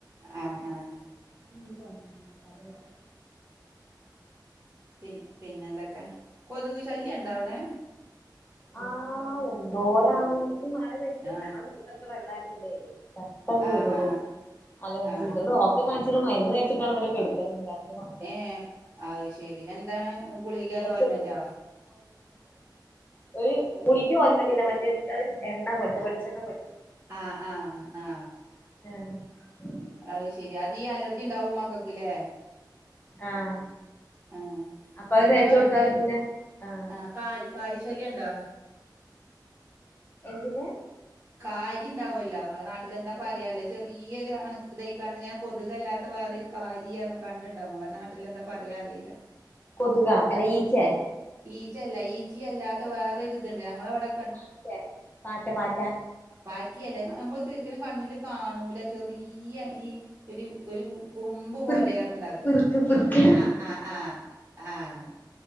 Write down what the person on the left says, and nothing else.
<unintelligible>
ആഹ് എന്തോരാണ് ഈ മഴെ പെയിതിട്ടെ
ഞങ്ങളെ മുറ്റത്തൊക്കേ വെള്ളയതോണ്ടെ പെട്ടന്ന്
വരെടോ
അലർജി
ഇന്നലെ ഡോക്ടറെ കാണിച്ചിട്ടും മരുന്ന് വെച്ചിട്ടാണ് ഇവരെ കെടുത്തി രണ്ട്സം <unintelligible>
മേത്ത്
ഈ ഗുളിഗേ ഓയിൽമെന്റ്ല്ല മറ്റേ ഒരു എണ്ണ പോലത്തെ വെളിച്ചെണ്ണ പോലത്തെ
ആഹ <inaudible>
ആഹ്
അപ്പൊ അത്
തേച്ച്
കൊടുത്താല് പിന്നെ ആഹ്
എന്തിന്റെ
കൊതുക അല്ലാ ഈച്ചേ
പാറ്റേ പാറ്റ പാറ്റ
പിറുക്ക പിറുക്ക് പിറുക്ക്